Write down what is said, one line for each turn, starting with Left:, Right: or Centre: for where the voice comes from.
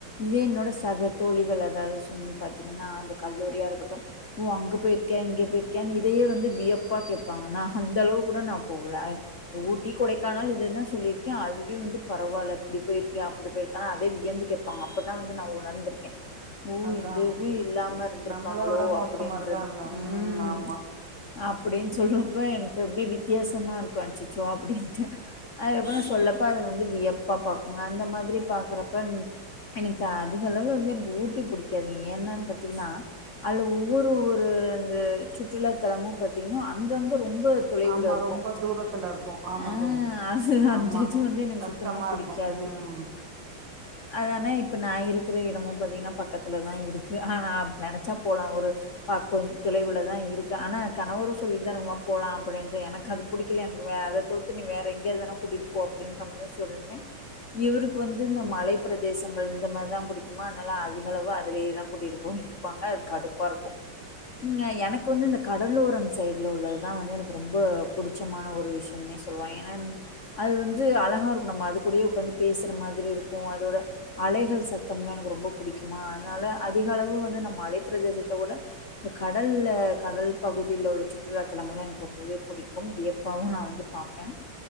Left: இதே என்னோட சக தோழிகள் அதாவ்து சொன் பாத்தீங்கன்னா அந்த கல்லூரியா இருக்கட்டு ஓ அங்க போயிருக்க இங்கே போயிருக்கன்னு இதயே வந்து வியப்பாக கேப்பாங்கனா அந்த அளவு கூட நா போல ஊட்டி கொடைக்கானல் இத தா சொல்லிருக்கே அதுவே வந்து பரவால்ல இப்டி பொய்ருக்கியா அப்டி பொய்ருக்கா அதே வியந்து கேப்பாங்க அப்ப தா வந்து நா உணந்துருக்கே ஓ
Right: அதா
Left: இதுவே இல்லாம இருந்துற்க்காங்களோ
Right: நம்மள விட மோசமா
Left: அப் அப்டின்றது
Right: இருக்காங்க ம்
Left: உம்
Right: ஆமா
Left: அப்டின்னு சொல்லு அப்ப எனக்கு அப்டி வித்யாசமா இருக்கு அச்சச்சோ அப்டின்ட்டு அதுக்கப்றோ சொல்லப்ப அது வந்து வியப்பா பாக்குங்க அந்த மாதிரி பாக்கறப்ப எனக்கு அதிக அளவுல வந்து எனக்கு ஊட்டி புடிக்காதுங்க ஏன்னானு பாத்தீங்கன்னா அதுல ஒரு ஒரு அந்த சுற்றுலா தலமு பாத்தீங்கன்னா அங்கங்க ரொம்ப தொலைவுல
Right: ஆமா
Left: இருக்கு
Right: ரொம்ப தூரத்துல இருக்கு ஆமா
Left: ம்ச்
Right: தோழி
Left: அ அந்த
Right: ஆமா
Left: இது வந்து எனக்கு
Right: கஷ்டமா
Left: சுத்தமா புடிக்காது
Right: இருக்கு ம்
Left: அது ஆனா இப்ப நா இரு இருக்கற எடமு பாத்தீங்கன்னா பக்கத்துல தா இருக்கு ஆனா நெனச்சா போலா ஒரு பா கொஞ் தொலைவுலே தான் இருக்கு ஆனா கணவரு சொல்லிட்டு தா இருக்காரு வா போலா அப்டின்டு எனக்கு அது புடிக்கல எனக்கு வே அத தவுத்து நீ வேற எங்கயாவது வேணா கூட்டிட்டு போ அப்டின்றமாரி தா சொல்வே இவுருக்கு வந்து இந்த மலை பிரதேசங்கள் இந்த மாரிதா புடிக்குமா அதனால அதிக அளவு அதுலயேதா கூட்டிட்டு போயிட்ருப்பாங்க அது கடுப்பா இருக்கு ம் எனக்கு வந்து இந்த கடலோரம் சைட்ல உள்ளதுதா வந்து எனக்கு ரொம்ப புடிச்சமான ஒரு விஷயம்னே சொல்வ ஏன்னா அது வந்து அழகா இருக்கு நம்ப அது கூடயே ஒக்காந்து பேசுற மாதிரி இருக்கும் அதோட அலைகள் சத்தம்லா எனக்கு ரொம்ப புடிக்குமா அதனால அதிக அளவு மலை பிரதேசத்த விட இந்த கடல்ல கடல் பகுதியில உள்ள சுற்றுலாத்தலங்கள்லா எனக்கு ரொம்பவே புடிக்கும் வியப்பாவு நா வந்து பாப்பே